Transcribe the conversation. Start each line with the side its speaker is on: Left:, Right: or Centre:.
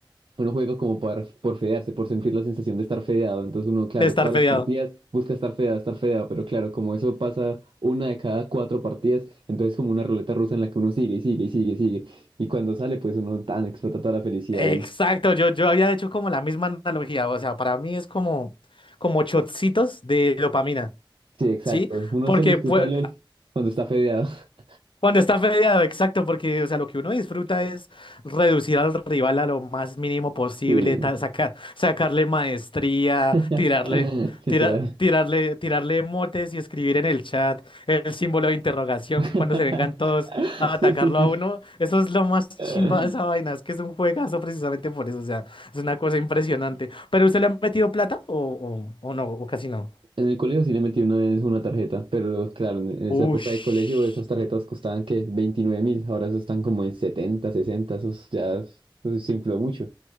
Right: uno juega como por, por fedearse, por sentir la sensación de estar fedeado. Entonces uno, claro,
Left: de estar
Right: todas
Left: fedeado.
Right: las partidas busca estar fedeado, estar fedeado, pero claro, como eso pasa una de cada cuatro partidas, entonces como una ruleta rusa en la que uno sigue y sigue y sigue y sigue. Y cuando sale, pues uno tan explota toda la felicidad.
Left: Exacto,
Right: Y,
Left: yo, yo había hecho como la misma analogía, o sea, para mí es como, como shotcitos de dopamina,
Right: sí, exacto.
Left: ¿sí?
Right: Uno
Left: Porque
Right: solo disfruta
Left: fue-
Right: LOL cuando está fedeado. <laughs>
Left: cuando está fedeado, exacto, porque o sea, lo que uno disfruta es reducir al rival a lo más mínimo posible,
Right: Sí.
Left: ta- saca- sacarle maestría,
Right: <laughs>
Left: tirarle,
Right: Literal.
Left: tira- tirarle, tirarle motes y escribir en el chat el símbolo de interrogación
Right: <laughs>
Left: cuando se vengan todos a atacarlo
Right: Sí, sí, sí.
Left: a uno. Eso es lo más
Right: <laughs>
Left: chimba de esa vaina, es que es un juegazo precisamente por eso, o sea, es una cosa impresionante. ¿Pero usted le ha metido plata o, o, o no, o casi no?
Right: En el colegio sí le metí una vez una tarjeta, pero claro, en en esa
Left: Ush.
Right: época de colegio esas tarjetas costaban que veintinueve mil, ahora eso están como en 70, 60, esos ya eso se infló mucho.